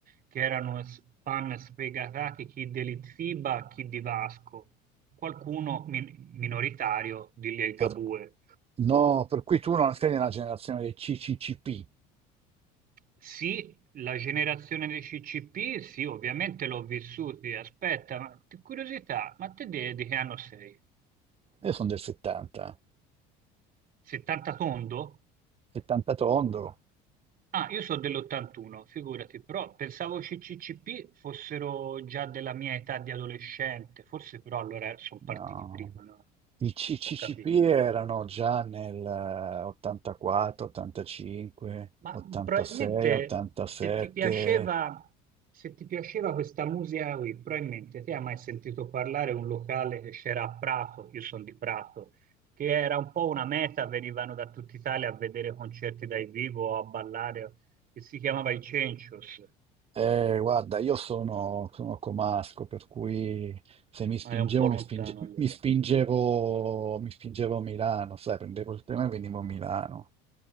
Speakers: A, on the right; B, on the right.
A: che erano s- fan sfegatati, chi dell'Itfiba, chi di Vasco, qualcuno min- minoritario di Ligabue.
B: Per- no, per cui tu non sei nella generazione dei CCCP.
A: Sì, la generazione dei CCP, sì, ovviamente l'ho vissuti. Aspetta, ma t- curiosità, ma te de- di, che anno sei?
B: Io sono del 70,
A: 70 tondo?
B: 70 tondo.
A: Ah, io sono dell'81, figurati, però pensavo CCCP fossero già della mia età di adolescente, forse però allora sono partiti
B: No,
A: prima, no?
B: i C- CCP
A: Ho capito.
B: erano già nel 84, 85,
A: Ma
B: 86,
A: probabilmente
B: 87.
A: se ti piaceva, se ti piaceva questa musica qui, probabilmente ti hai mai sentito parlare di un locale che c'era a Prato, io sono di Prato, che era un po' una meta, venivano da tutta Italia a vedere concerti dal vivo o a ballare, che si chiamava I Cencios,
B: Eh, guarda, io sono, sono comasco, per cui se mi spingevo,
A: ma è un po'
B: mi
A: lontano
B: spinge-
A: allora.
B: mi spingevo, mi spingevo a Milano, sai, prendevo il treno e venivo a Milano.